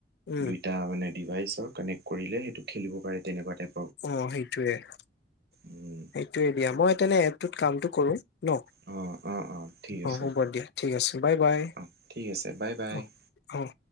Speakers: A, on the left (about 70°); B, on the right (about 60°).
A: উম
B: দুইটা মানে ডিভাইচৰ কানেক্ট কৰিলে সেইটো খেলিব পাৰে তেনেকুৱা টাইপ
A: অ সেইটোৱে -
B: উম,
A: সেইটোৱে দিয়া মই তেনে টোত কামটো কৰো ন
B: অ', অ', অ', ঠিক
A: অঁ
B: আছে
A: হ'ব দিয়া ঠিক আছে বাই-বাই
B: অ', ঠিক আছে বাই বাই।
A: অঁ - অঁ